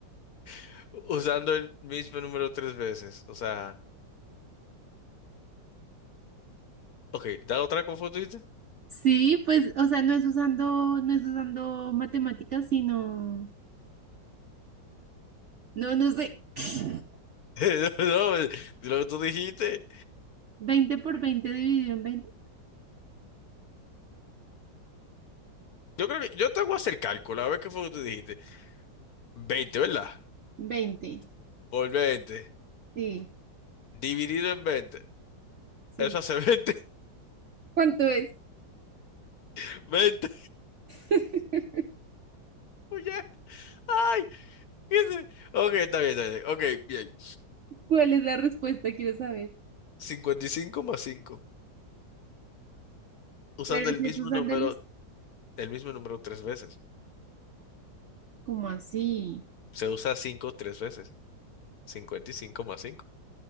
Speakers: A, on the left (about 65°); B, on the right (about 65°).
A: <laughs> usando el mismo número tres veces. O sea, ok, da otra como tú dijiste.
B: Sí, pues, o sea, no es usando, no es usando matemáticas, sino, no, no sé. <laughs>
A: <laughs> No, lo que tú dijiste.
B: veinte por 20 dividido en veinte,
A: Yo creo que yo te hago hacer el cálculo, a ver qué fue lo que tú dijiste. veinte, ¿verdad?
B: veinte.
A: Por veinte
B: sí,
A: dividido en veinte,
B: sí.
A: Eso hace 20,
B: ¿Cuánto es?
A: <laughs> 20.
B: <laughs>
A: Oye, ay, qué sé. Ok, está bien, está bien. Ok, bien.
B: ¿Cuál es la respuesta? Quiero saber.
A: 55 más 5, usando
B: Pero
A: el
B: si
A: mismo
B: es usándolos,
A: número, el mismo número tres veces.
B: como así?
A: Se usa cinco tres veces. 55 más 5